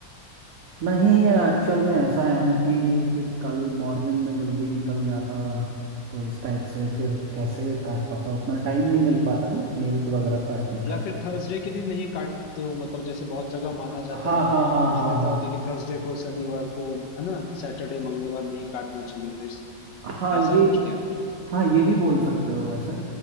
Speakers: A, on the right (about 75°); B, on the left (about 70°).
A: नहीं एक्चुअल में ऐसा है ना कि फिर कल मॉर्निंग में जल्दी निकल जाता तो इस टाइप से फिर कैसे काट पाता उतना टाइम नहीं मिल पाता ना नेल्स वगैरह काटने
B: या
A: का
B: फिर थर्सडे के दिन नहीं काटते हो मतलब जैसे बहुत जगह माना
A: हाँ
B: जाता है
A: हाँ हाँ हाँ
B: मान्यता
A: हाँ
B: होती है कि थर्सडे को शनिवार को है ना सैटरडे मंगलवार नहीं काटना चाहिए तो इस
A: हाँ
B: ऐसा
A: ये
B: कुछ क्या है?
A: हाँ ये भी बोल सकते हो वैसे